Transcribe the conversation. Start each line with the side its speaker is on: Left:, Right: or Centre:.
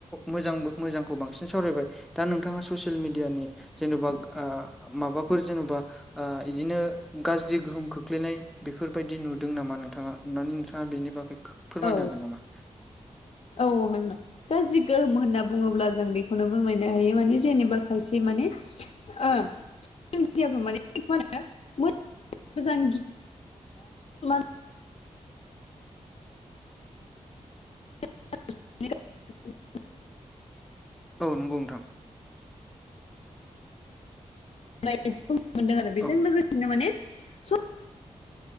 Centre: मोजांबो मोजांखौ बांसिन सावरायबाय दा नोंथाङा ससियेल मिडियानि जेन'बा माबाफोर जेन'बा ओ बिदिनो गाज्रि गोहोम खोख्लैनाय बेफोरबायदि नुदों नामा नोंथाङा अननानै नोंथाङा बेनि बागै फोरमायनो
Left: औ
Centre: हागोन नामा?
Left: औ <unintelligible> गाज्रि गोहोम होनना बुङोब्ला जों बेखौनो फोरमायनो हायो माने जेनेबा खायसे माने <unintelligible> सेल मिडियाफ्राव माने फानो मोजां <inaudible> <inaudible>
Centre: औ नंगौ नोंथां
Left: लाइ मोनदों आरो बेजों
Centre: औ
Left: लोगोसेनो माने स